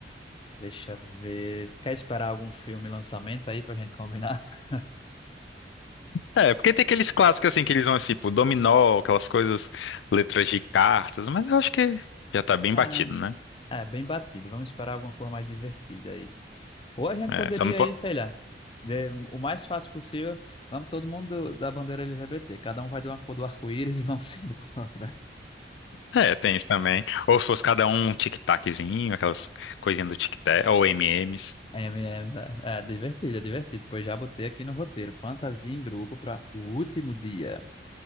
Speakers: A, on the left; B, on the left.
A: Deixa eu ver. Quer esperar algum filme lançamento aí pra gente combinar? <laughs>
B: é, porque tem aqueles clássicos assim que eles vão assim, tipo dominó, aquelas coisas, letras de cartas, mas eu acho que já tá bem
A: Ah,
B: batido, né?
A: É, bem batido. Vamos esperar alguma coisa mais divertida aí. Ou a gente
B: É,
A: poderia
B: só não pode.
A: ir, sei lá, de- o mais fácil possível, vamos todo mundo do- da bandeira LGBT, cada um vai de uma cor do arco-íris e vamos <laughs> embora.
B: É, tem isso também. Ou se fosse cada um um tic-taczinho, aquelas coisinhas do tic-tac, ou M&M's,
A: É, é, é, é divertido, é divertido. Pois já botei aqui no roteiro, fantasia em grupo para o último dia.